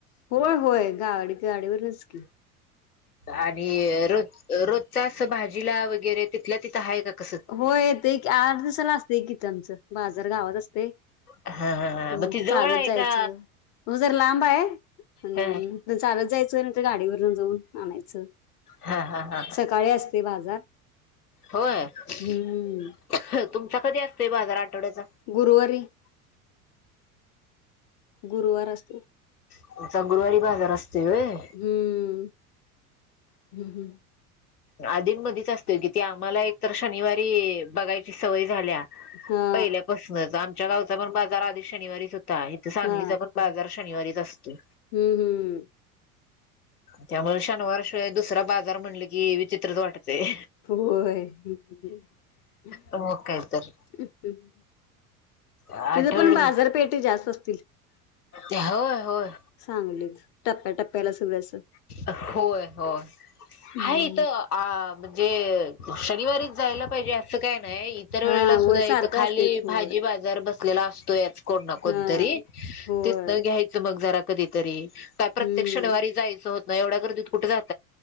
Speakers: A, on the left (about 35°); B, on the left (about 85°).
A: होय होय गाडी गाडीवर नचकी
B: आणि रोज रोजचा अस भाजीला वगैरे तिथल्या तिथं आहे का कसं.
A: होय येतय की, आठ दिवसाला असतय कि तेंच बाजार गावात असतय.
B: हा हा हा
A: हम्म...
B: मग ती
A: त
B: जवळ
A: चालत
B: आहे
A: जायचं,
B: का
A: हूं जरा लांब हाय अम्म
B: ह
A: इतन चालत जायचं नंतर गाडीवरून जाऊन आणायचं,
B: हा हा हा
A: सकाळी असतय बाजार.
B: होय,
A: हम्म
B: <inaudible> तुमचा कधी असतोय बाजार आठवड्याचा?
A: गुरुवारी ‌. गुरुवार असतय.
B: <inaudible> तुमचा गुरवारी बाजार असतोय व्हय.
A: हम्म... हम्म -हम्म
B: आधी मधीच असतय कि ते आम्हाला एकतर शनिवारी बघायची सवय झाल्या.
A: हा
B: पहिल्यापसनच आमच्या गावचा पण बाजार आधी शनिवारीच होता, इथ सांगलीचा
A: हा
B: पण बाजार शनिवारीच असतोय.
A: हम्म- हम्म.
B: त्यामुळ शनिवार शिवाय दुसरा बाजार म्हणलं कि विचित्रच वाटतय.
A: होय <unintelligible>
B: मग काय तर
A: <inaudible>
B: आठवड
A: तिथ पण बाजारपेठे जास्त असतील?
B: होय होय
A: सांगलित टप्प्या- टप्प्याला सगळे असं.
B: होय- होय <inaudible>
A: हम्म..
B: तिथं आ- म्हणजे <inaudible> शनिवारी जायला पाहिजे असं काय नाही, इतर
A: हा
B: वेळेला सुद्धा
A: होय सारखं
B: इथ खाली
A: असतेच होय
B: भाजी बाजार बस लेला असतोयाच कोण ना कोणतरी
A: हा होय
B: तिथन घ्यायचं मग जरा कधीतरी. काय प्रत्येक
A: हम्म
B: शनिवारी जायचं होत नाही, एवढ्या गर्दीत कुठे जात